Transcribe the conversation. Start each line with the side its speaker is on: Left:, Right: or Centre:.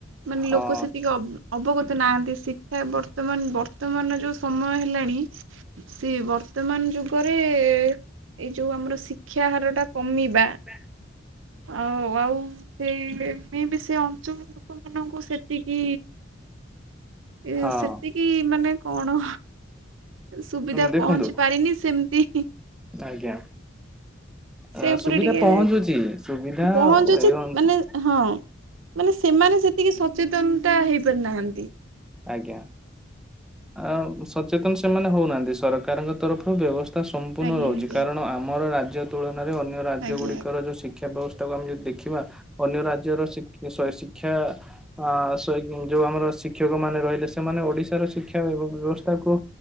Right: ମାନେ
Centre: ହଁ
Right: ଲୋକ ସେତିକି ଅବ ଅବଗତ ନାହାନ୍ତି। ଶିକ୍ଷା ବର୍ତ୍ତମାନ ବର୍ତ୍ତମାନର ଯୋଉ ସମୟ ହେଲାଣି। ସିଏ ବର୍ତ୍ତମାନ ଯୁଗରେ ଏ ଏଇ ଯୋଉ ଆମର ଶିକ୍ଷାହାରାରଟା କମିବା
Centre: ଆ
Right: ଆଉ ଆଉ ସେଇ ଳେ ବି ସେ ଅଞ୍ଚୁଳ ଲୋକମାନାନଙ୍କୁ ସେତିକି ଏ
Centre: ହଁ
Right: ସେତିକି ମାନେ କଣ? ସୁବିଧା
Centre: ଦେଖନ୍ତୁ
Right: ପହଞ୍ଚି ପାରିନି ସେମତି।
Centre: ଆଜ୍ଞା। ଆ
Right: ସେ ଉପରେ
Centre: ସୁବିଧା
Right: ଟିକେ
Centre: ପହଞ୍ଚୁଚି ସୁବିଧା
Right: ପହଞ୍ଚୁଛି
Centre: ଏଇଅନ।
Right: ମାନେ ହଁ ମାନେ ସେମାନେ ସେତିକି ସଚେତନତା ହେଇପାରିନାହାଁନ୍ତି।
Centre: ଆଜ୍ଞା। ଆ ସଚେତନ ସେମାନେ ହୋଉନାହାନ୍ତି ସରକାରଙ୍କ ତରଫରୁ ବ୍ୟବସ୍ ସ୍ଥା ସମ୍ପୂର୍ଣ
Right: ଆଜ୍ଞା
Centre: ହୋଉଚି।
Right: ଆଜ୍ଞା
Centre: କାରଣ ଆମର ରାଜ୍ୟ ତୁଳନାରେ ଅନ୍ୟ ରାଜ୍ୟଗୁଡିକର
Right: ଆଜ୍ଞା
Centre: ଯୋଉ ଶିକ କ୍ଷା ବ୍ୟବସ୍ଥାକୁ ଆମେ ଯଦି ଦେଖିବା ଅନ୍ୟ ରାଜ୍ୟର ଶି ସରି ଶିକ୍ଷା ଆ ଶଇ ଯୋଉ ଆମର ଶିକ୍ଷକ ମାନେ ରହିଲେ। ସେମାନେ ଓଡିଶାର ଶିକ୍ଷା ବ୍ୟବ ବ୍ୟବସ୍ଥାକୁ